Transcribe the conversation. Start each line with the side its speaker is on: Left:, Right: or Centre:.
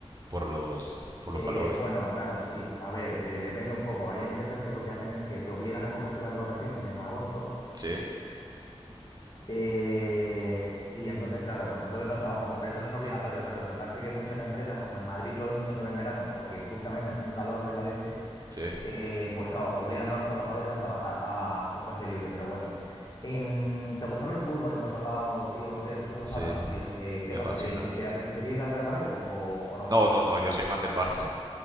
Right: por los, por
Left: Eh,
Right: los calores.
Left: bueno, claro, sí, a ver, eh, depende un poco. Hay empresas que lo que hacen es que te obligan a cogerte las vacaciones en agosto
Right: Sí,
Left: Eh, y entonces, claro, pues entonces no trabajamos, pero eso no es obligatorio, ¿sabes? Lo que pasa es que, que muchas empresas, como en Madrid todo el mundo se va en verano porque justamente hace un calor de la leche,
Right: sí,
Left: eh, pues claro, obligan a los trabajadores a trabajar, a cogerse libre, pero bueno. Em, ¿te gustaba el fútbol? Hemos hablado, tío, otro día que estuvimos
Right: sí,
Left: hablando, tío. Eh, ¿qué
Right: me
Left: pasa?
Right: fascina.
Left: Eh, ¿que te apetecería ir al Bernabéu o, o no?
Right: No, no, no, yo soy más del Barça.